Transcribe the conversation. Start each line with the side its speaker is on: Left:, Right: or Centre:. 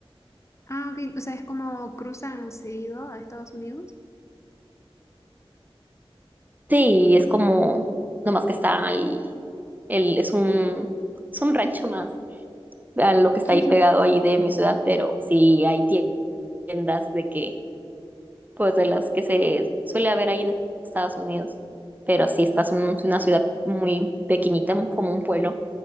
Left: Ah, ok, o sea, es como cruzan seguido a Estados Unidos.
Right: Sí, es como nomás que está ahí, el, es un, es un rancho más. a lo que
Left: <laughs>
Right: está ahí pegado ahí de mi ciudad, pero sí hay tiendas de que, pues de las que se suele haber ahí en Estados Unidos. Pero sí, estás en una ciudad muy pequeñita, mu- como un pueblo,